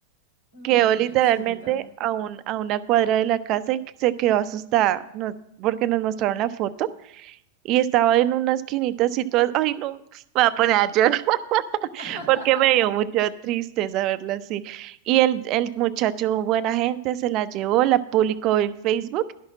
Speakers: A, on the left; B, on the right.
A: Ay,
B: Quedó
A: pobrecita.
B: literalmente a un, a una cuadra de la casa y se quedó asustada, no, porque nos mostraron la foto y estaba en una esquinita así todas, ay no, me voy a poner a llorar <laughs>
A: <laughs>
B: porque me dio mucha tristeza verla así. Y el, el muchacho, buena gente, se la llevó, la publicó en Facebook